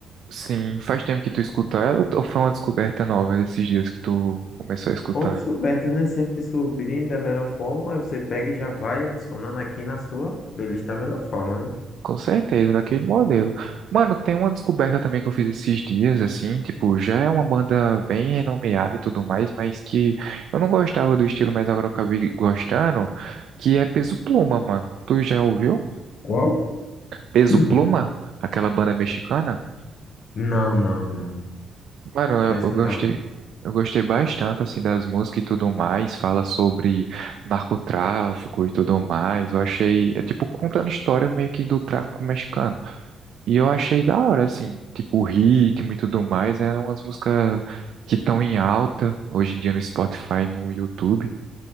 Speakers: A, on the right (about 65°); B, on the left (about 60°).
A: sim, faz tempo que tu escuta ela ou foi uma descoberta nova esses dias que tu começou a escutar?
B: Bom descoberta, né? Sempre descobrindo da melhor forma. Aí você pega e já vai adicionando aqui na sua playlist da melhor forma, né?
A: Com certeza, daquele modelo. Mano, tem uma descoberta também que eu fiz esses dias, assim, tipo, já é uma banda bem renomeada e tudo mais, mas que eu não gostava do estilo, mas agora eu acabei gostando, que é Peso Pluma, mano. Tu já ouviu?
B: Qual?
A: Peso
B: <clears throat>
A: Pluma? Aquela banda mexicana?
B: Não, não, não.
A: Mano,
B: Cheguei
A: eu,
B: a escutar,
A: eu gostei.
B: não.
A: Eu gostei bastante, assim, das músicas e tudo mais. Fala sobre narcotráfico e tudo mais. Eu achei, é tipo, contando história meio que do tráfico mexicano. E eu achei da hora, assim, tipo o ritmo e tudo mais, é umas músicas que estão em alta hoje em dia no Spotify, no YouTube,